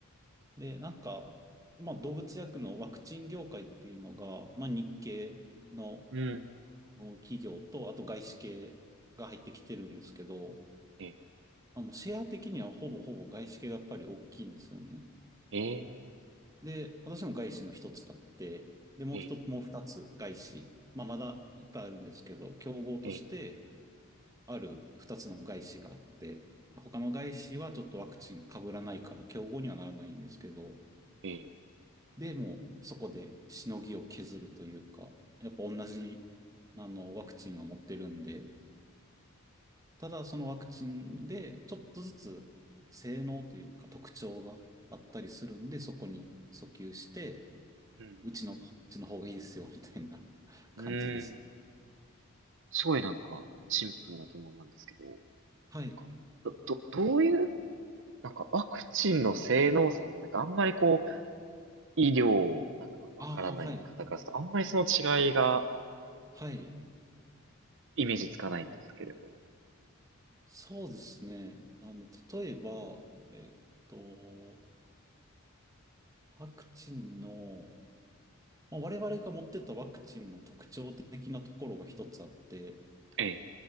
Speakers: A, on the right; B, on the right.
A: で、なんか、まあ、動物薬のワクチン業界っていうのが、まあ、日系の
B: うん。
A: お企業と、あと外資系が入ってきてるんですけど、
B: ええ、
A: あの、シェア的にはほぼほぼ外資系がやっぱり大きいんですよね。
B: ええ、
A: で、私も外資の一つだって、で、もう一つ、
B: ええ、
A: もう二つ外資。まあ、まだいっぱいあるんですけど、競合として
B: ええ
A: ある二つの外資があって、他の外資はちょっとワクチン被らないから競合にはならないんですけど、
B: ええ。
A: で、もうそこでしのぎを削るというか、やっぱ同じ、
B: うん、
A: あの、ワクチンは持ってるんで、ただそのワクチンでちょっとずつ性能というか特徴があったりするんで、そこに訴求して、
B: うん、
A: うちの、うちの方がいいですよ、みたいな <laughs> 感じです。
B: うん。うんすごいなんか、シンプルな疑問なんですけど、なんか、
A: はい。
B: ど、ど、どういう、なんかワクチンの性能差ってなんかあんまりこう、医療、なんかわからない方からすると、
A: ああ、はい。
B: あんまりその違いが
A: はい。
B: イメージつかないんですけれど。
A: そうですね。あの、例えば、えっと、ワクチンのまあ、我々が持ってたワクチンの特徴的なところが一つあって、
B: ええ。